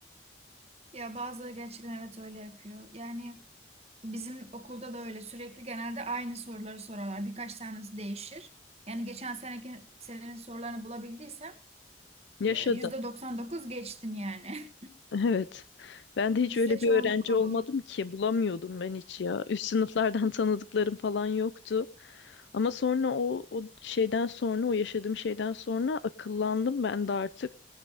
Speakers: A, on the right; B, on the left.
A: Ya bazıları gerçekten evet öyle yapıyor. Yani bizim okulda da öyle sürekli genelde aynı soruları sorarlar. Birkaç tanesi değişir. Yani geçen seneki senenin sorularını bulabildiysem
B: Yaşadım.
A: e, %99 geçtin yani.
B: Evet. Ben de hiç
A: <laughs> Bizde
B: öyle
A: çoğunlukla
B: bir öğrenci olmadım
A: bu.
B: ki bulamıyordum ben hiç ya. Üst sınıflardan <laughs> tanıdıklarım falan yoktu. Ama sonra o o şeyden sonra o yaşadığım şeyden sonra akıllandım ben de artık